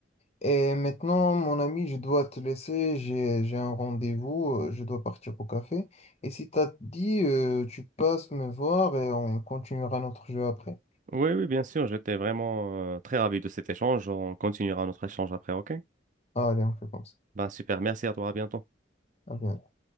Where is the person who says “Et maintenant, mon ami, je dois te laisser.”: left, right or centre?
Left